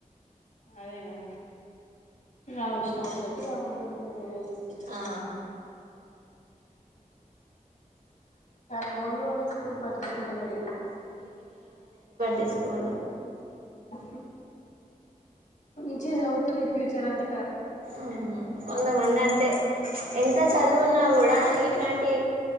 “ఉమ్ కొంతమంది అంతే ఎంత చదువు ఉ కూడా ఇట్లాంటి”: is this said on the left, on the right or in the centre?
Right